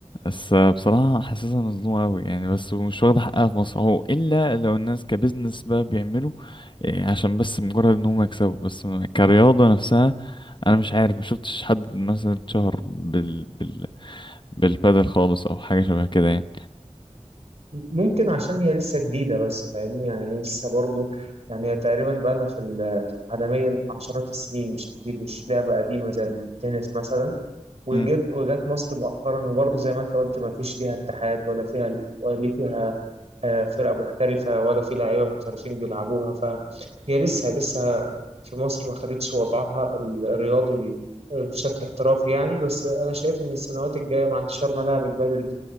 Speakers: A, on the left; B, on the right.
A: بس بصراحة حاسسها مظلومة أوي يعني بس ومش واخدة حقها في مصر هو إلا لو الناس كبزنس بقى بيعملوا إيه، عشان بس مجرد إن هم يكسبوا بس م- كرياضة نفسها أنا مش عارف ما شفتش حد مثلا اتشهر بال... بال... بالبادل خالص أو حاجة شبه كده يعني
B: ممكن عشان هي لسه جديدة بس فاهمني يعني لسه برضو يعني هي تقريبا بقى لها في ال- عالميا عشرات السنين مش كتير مش لعبة قديمة زي التنس مثلا وجت
A: مم.
B: وجت مصر مؤخرا وبرضو زي ما انت قلت ما فيش ليها اتحاد ولا فيها ولا فيها آه، فرق محترفة ولا في لعيبة محترفين بيلعبوها فهي لسه لسه في مصر ما خدتش وضعها الرياضي بشكل احترافي يعني بس انا شايف ان السنوات الجايه مع انتشار ملاعب البادل